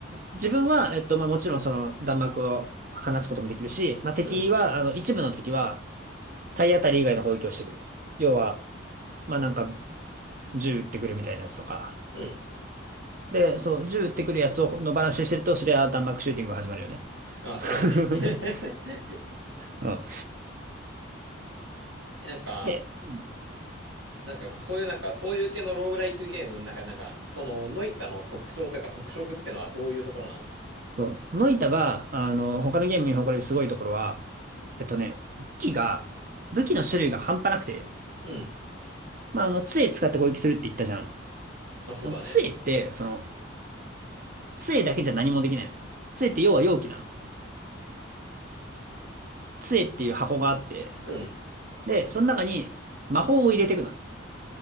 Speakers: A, on the right (about 45°); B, on the right (about 70°).
A: 自分は、えっと、まあもちろんその弾幕を放つこともできるし、まあ敵は、
B: うん。
A: あの一部の敵は、体当たり以外の攻撃をしてくる。要は、まあなんか、銃撃ってくるみたいなやつとか。
B: うん
A: で、そう、銃撃ってくるやつを野放しにしてると、それは弾幕シューティングが始まるよね。
B: あ、そうだね。
A: <laughs>
B: <laughs>
A: うん。
B: なんか、
A: で、うん
B: なんか、そういう、なんか、そういう系のローグライクゲームの中で、なんか、その、ノイタの特徴というか、特色ってのはどういうところなの
A: そう、ノイタが、あの、他のゲームに誇れるすごいところは、えっとね、武器が、武器の種類が半端なくて、
B: うん。
A: まあ、あの、杖使って攻撃するって言ったじゃん。
B: まあ、そうだね。
A: あの杖って、その、杖だけじゃ何もできないのね。杖って要は容器なの。杖っていう箱があって、
B: うん。
A: で、その中に魔法を入れていくのね。